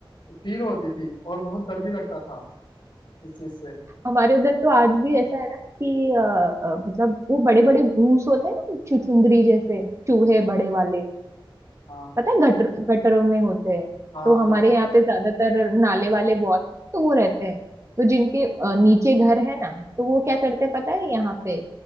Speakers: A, on the left (about 60°); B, on the right (about 35°).
A: फील होती थी और बहुत डर भी लगता था इस चीज से
B: हमारे इधर तो आज भी ऐसा है ना कि अ, अ, मतलब वो बड़े बड़े घूस होते हैं ना छुछुंदरी जैसे चूहे बड़े वाले
A: हाँ
B: पता है गटर गटरों में होते हैं
A: हाँ
B: तो
A: हाँ
B: हमारे यहाँ पे ज्यादातर नाले वाले बहुत हैं तो वो रहते हैं तो जिनके अ, नीचे घर है ना तो वो क्या करते हैं पता है यहाँ पे